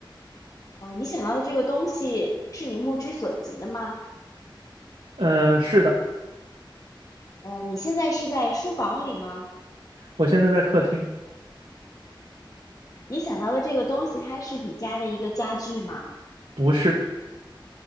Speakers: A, on the left (about 45°); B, on the right (about 80°).
A: 呃，你想到的这个东西是你目之所及的吗？
B: 呃，是的，
A: 呃，你现在是在书房里吗？
B: 我现在在客厅，
A: 你想到的这个东西，它是你家的一个家具吗？
B: 不是。